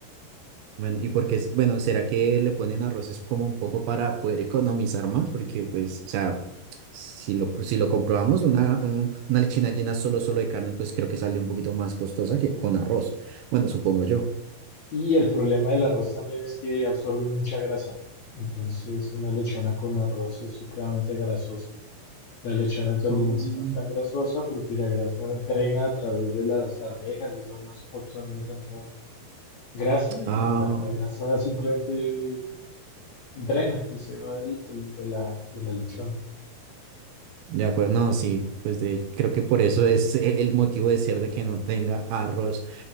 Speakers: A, on the right (about 75°); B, on the left (about 65°).
A: Bueno, y porque es, bueno, ¿será que le ponen arroz es como un poco para poder economizar más? Porque, pues, o sea, si lo, si lo comprobamos, una, un- una lechina llena solo, solo de carne, pues creo que sale un poquito más costosa que con arroz. Bueno, supongo yo.
B: Y el problema del arroz también es que absorbe mucha grasa. Entonces, una lechona con arroz es supremamente grasosa. La lechona tolimense
A: Oh,
B: no es tan grasosa porque la grasa drena a través de las arvejas, esas no absorben tanta grasa y
A: Ah,
B: la, la grasa simplemente drena y se va del- del- de la, de la lechona.
A: de acuerdo, no, sí, pues de, creo que por eso es e- el motivo de ser de que no tenga arroz.